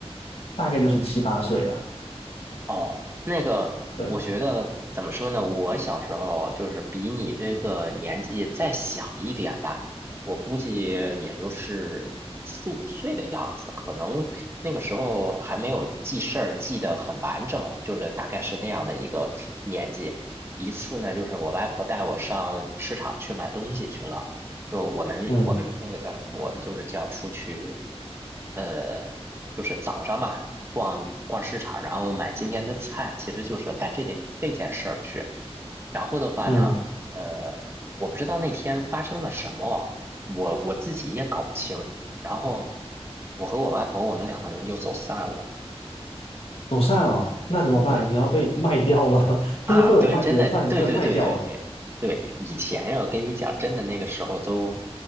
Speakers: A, on the left; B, on the right.
A: 大概就是七八岁了。
B: 哦，那个，
A: 对，
B: 我觉得怎么说呢？我小时候就是比你这个年纪再小一点吧，我估计也就是四五岁的样子，可能那个时候还没有记事儿记得很完整，就是大概是那样的一个年纪。一次呢，就是我外婆带我上市场去买东西去了，就我们我们那个叫什么？
A: 嗯
B: 我们就是叫出去，呃。就是早上嘛，逛逛市场，然后买今天的菜，其实就是干这点这件事儿去。然后的话呢，
A: 嗯，
B: 呃，我不知道那天发生了什么，我我自己也搞不清。然后我和我外婆我们两个人就走散了。
A: 走散了，那怎么办？
B: 对。
A: 你要被卖掉吗？<laughs> 就是会有卖人贩子会卖掉啊。
B: 啊，对，真的，对对对对对对，以前呀，我跟你讲，真的那个时候都